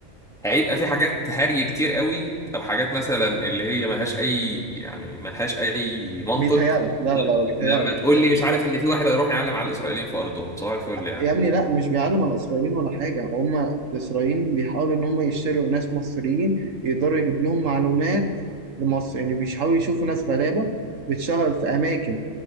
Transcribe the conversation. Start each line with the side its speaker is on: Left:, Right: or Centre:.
Centre: هيبقى في حاجات هري كتير قوي او حاجات مثلا اللي هي ملهاش اي يعني ملهاش اي منطق
Right: بيتهيألك لا
Centre: لا،
Right: لا لا بيتهيألك
Centre: لما تقول
Right: بيتهيألك.
Centre: لي مش عارف ان في واحد هيروح يعلم على الاسرائيليين في ارضهم صباح الفل يعني
Right: يا ابني لا مش بيعلم على الإسرائيليين ولا حاجة هما الإسرائيليين بيحاولوا إن هما يشتروا ناس مصريين يقدروا يجيب لهم معلومات لمصر يعني بيحاولوا يشوفوا ناس غلابة بتشتغل في أماكن